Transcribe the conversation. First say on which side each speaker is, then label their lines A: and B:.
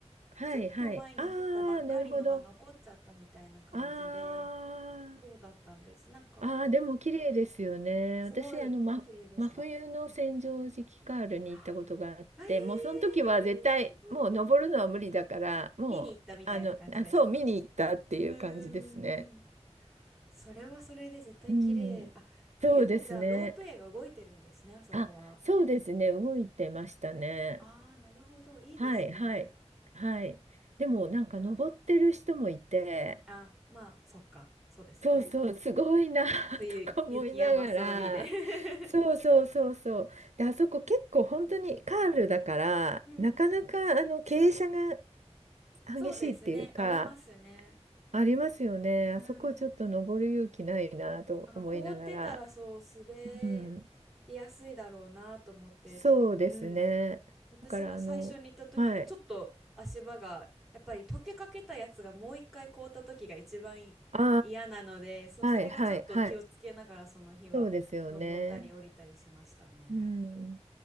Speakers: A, on the right; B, in the centre.
A: はいはい。
B: ちょっと前に降ったばっかりのが残っちゃったみたいな感じで、
A: ああ、なるほど。ああ。
B: そうだったんです。なんか、
A: ああ、でも綺麗ですよね。
B: すごい綺麗でした。
A: 私、あの、ま、真冬の千畳敷カールに行ったことがあって、
B: はあえー、
A: もうその時は絶対、
B: すごい。
A: もう登るのは無理だから、もう、
B: 見に行ったみたいな感じですか
A: あの、あ、そう、見に行ったっていう感じですね。
B: うんうんうんうん。それはそれで絶対綺麗。
A: うん。
B: あ、冬もじゃあロープウェイが動いてるんですね、
A: そうですね。
B: あそこは。
A: あ、そうですね。動いてましたね。
B: ああ、なるほど。いいですね。
A: はい、はい、はい。でも、
B: 行ってみたい。
A: なんか登ってる人もいて、
B: あ、まあ、そっか。そうですよね。
A: そうそう、すごいな
B: 冬、
A: <laughs> とか思いながら、
B: 雪山装備で <laughs>
A: そうそうそうそう。で、あそこ結構本当にカールだから、
B: うん。
A: なかなかあの傾斜が激しいっていうか、
B: そうですね。ありますね。
A: ありますよね。
B: うん。
A: あそこちょっと登る勇気ないなと思いながら。
B: なんか凍ってたらそう滑
A: うん、
B: りやすいだろうなと思って。
A: そうですね。
B: うん。私が最初に行った時もちょっと足場がやっぱり溶けかけたやつがもう一回凍った時が一番嫌なので、
A: だからあの、はい。あ
B: そう、
A: あ、
B: それがちょっと気をつけながらその日は登ったり降りたりしましたね。
A: はいはいはい。そうですよね。うん。